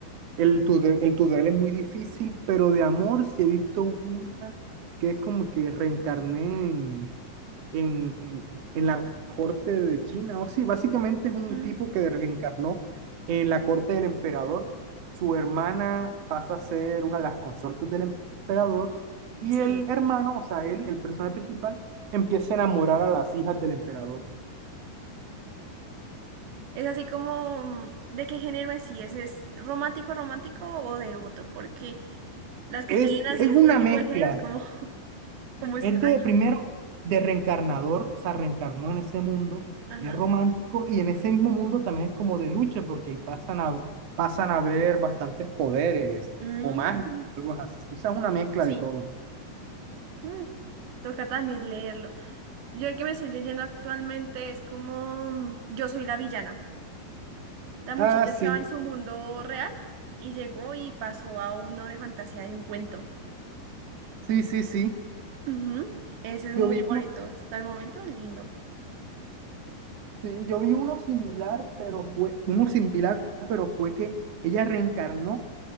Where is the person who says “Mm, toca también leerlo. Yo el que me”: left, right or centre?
Right